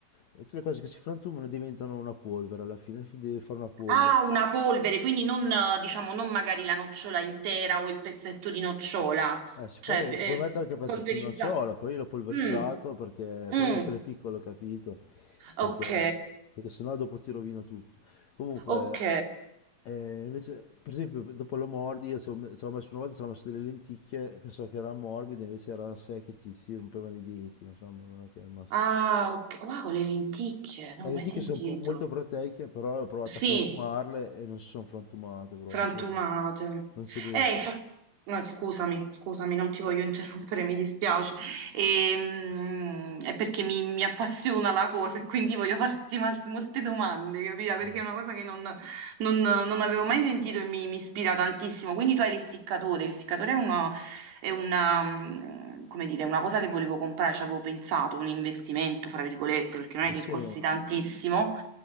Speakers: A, on the left; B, on the right.
A: E tutte le cose che si frantumano diventano una polvere alla fine, fin- devi fare una polvere.
B: Ah, una polvere, quindi non, eh, diciamo, non magari la nocciola intera o il pezzetto di nocciola,
A: Eh, si
B: cioè
A: puoi,
B: eh,
A: ci puoi mettere anche pezzettino
B: polverizzata.
A: a ciotola, però io l'ho polverizzato
B: Mm,
A: perché, però
B: mm,
A: deve essere piccolo, capito? Perché,
B: Ok,
A: perché sennò dopo ti rovina tutto. Comunque,
B: ok.
A: eh, invece, per esempio, dopo lo mordi, io ci avevo ci avevo messo una volta, ci avevo messo delle lenticchie, pensavo che erano morbide, invece erano secche, ti si rompevano i denti, insomma, non è che è il massimo.
B: Ah, ok. Wow, con le lenticchie, non
A: Eh, Le
B: ho
A: lenticchie
B: mai sentito.
A: sono po- molto proteiche, però ho provato
B: Sì,
A: a frantumarle e non si sono frantumate, proprio,
B: Frantumate.
A: solo- non si riesce.
B: Eh, infatti, scusami, scusami, non ti voglio interrompere, mi dispiace. Ehm, è perché mi, mi appassiona la cosa e quindi voglio farti mal- molte domande, capito? Perché
A: Eh.
B: è una cosa che non, non- non avevo mai sentito e mi, mi ispira tantissimo. Quindi tu hai l'essiccatore, l'essiccatore è una, mm, come dire, una cosa che volevo comprare, ci avevo pensato, un investimento, fra virgolette, perché non è
A: Ma
B: che
A: sì.
B: costi tantissimo,